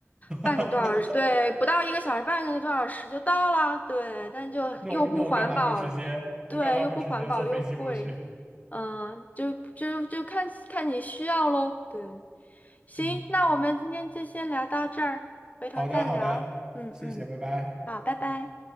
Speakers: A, on the right; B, on the left.
A: <laughs>
B: 半个多小时，对，不到一个小时，半个多小时就到啦，对，但就又不环保，
A: 那我那我干嘛不直接我干嘛不直接坐飞机过去？
B: 对，又不环保又贵。嗯，就就就看看你需要喽。对，行，
A: <laughs> 嗯。
B: 那我们今天就先聊到这儿，回头再聊。
A: 好的，好的，
B: 嗯嗯，
A: 谢谢，拜拜。
B: 好，拜拜。